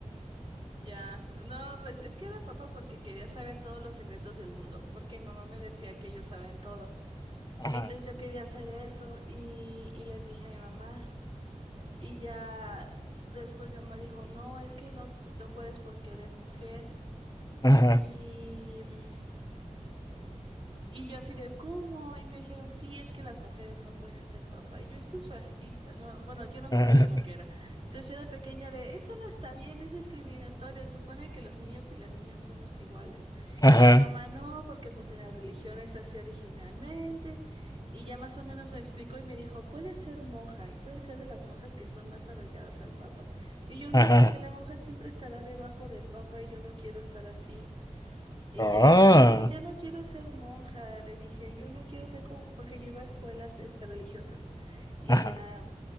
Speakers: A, on the right; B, on the left.
A: Ya, no, pues es que era papa porque quería saber todos los secretos del mundo, porque mi mamá me decía que ellos saben todo.
B: Ajá,
A: Entonces yo quería hacer eso y, y les dije a mi mamá y ya después mi mamá dijo, no, es que no, no puedes porque eres mujer.
B: ajá,
A: y y yo así de, ¿cómo? Y me dijeron, sí, es que las mujeres no pueden ser papá. Y yo, eso es racista. No, bueno, yo no sabía
B: ajá,
A: lo que era. Entonces yo de pequeña de, eso no está bien, es discriminatorio. Supone que los niños y las niñas somos iguales.
B: ajá,
A: Y mamá, no, porque pues en la religión es así originalmente. Y ya más o menos me explicó y me dijo, puede ser monja y puede ser de las monjas que son más arraigadas al papa. Y yo, no,
B: ajá.
A: porque la monja siempre estará debajo del papa y yo no quiero estar así. Y
B: Ah,
A: yo le dije, no, ya no quiero ser monja. Le dije, yo no quiero ser como, porque yo iba a escuelas este, religiosas. Y
B: ajá,
A: ya